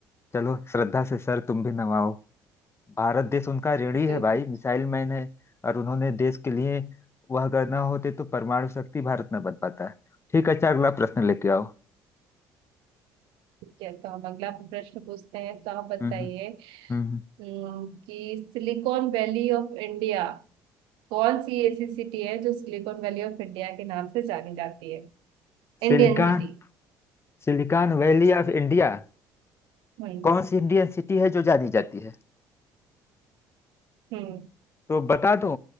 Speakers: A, on the left (about 30°); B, on the right (about 70°).
A: चलो श्रद्धा से सर तुम भी नवाओ भारत देश उनका ऋणी है
B: बिल्कुल
A: भाई मिसाइल मैन है और उन्होंने देश के लिए वह अगर ना होते तो परमाणु शक्ति भारत न बन पाता ठीक है अच्छा अगला प्रश्न लेके आओ
B: ठीक है तो हम अगला प्रश्न पूछते हैं तो आप बताइए
A: हम्म हम्म हम्म। हम्म।
B: हम्म, कि सिलिकॉन वैली ऑफ इंडिया कौन सी ऐसी सिटी है जो सिलिकॉन वैली ऑफ इंडिया के नाम से जानी जाती है
A: Silicon
B: इंडियन सिटी
A: silicon valley of India
B: हम्म
A: कौन सी इंडियन सिटी है जो जानी जाती है
B: हम्म
A: तो बता दो